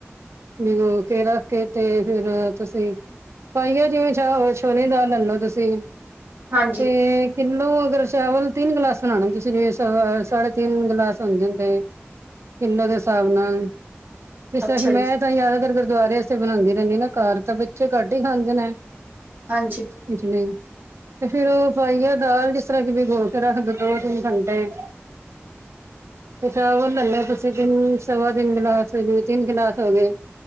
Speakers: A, on the right; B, on the right.
A: ਬਿਗੋ ਕੇ ਰੱਖ ਕੇ ਤੇ ਫਿਰ ਤੁਸੀਂ ਪਾਈਆ ਜਿਵੇਂ ਛਾ ਛੱਲੇ ਦੀ ਦਾਲ ਲੈ ਲੋ ਤੁਸੀਂ
B: ਹਾਂਜੀ
A: ਤੇ ਕਿੱਲੋ ਅਗਰ ਚਾਵਲ ਤਿੰਨ ਗਲਾਸ ਬਣਾਣੇ ਤੁਸੀਂ ਜਿਵੇਂ ਸਾਢੇ ਤਿੰਨ ਗਿਲਾਸ ਹੁੰਦੇਤੇ ਫੇਰ ਉਨਾ ਦੇ ਹਿਸਾਬ ਨਾਲ। ਜਿਸ
B: ਅੱਛਾ
A: ਮੈਂ
B: ਜੀ
A: ਤਾਂ ਜਾਦਾਤਰ ਗੁਰਦੁਆਰੇ ਇੱਥੇ ਬਣਾਦੇ ਰਹਿੰਦੇ ਨਾ ਘਰ ਤਾਂ ਕਿੱਥੇ ਘੱਟ ਈ ਖਾਂਦੇ ਨੇ।
B: ਹਾਂਜੀ।
A: ਪਿਛਲੇ ਤੇ ਫਿਰ ਓ ਪਾਈਆ ਦਾਲ, ਜਿਸ ਤਰ੍ਹਾਂ ਕੀ ਵੀਗੋ ਕੇ ਰੱਖਦੋ ਦੋ ਤਿੰਨ ਘੰਟੇ। ਪਿਛਾ ਓ ਚਾਵਲ ਲੈਲੋ, ਤਿੰਨ ਸਵਾ ਤਿੰਨ ਗਲਾਸ <unintelligible> ਤਿੰਨ ਗਲਾਸ ਹੋ ਗਏ,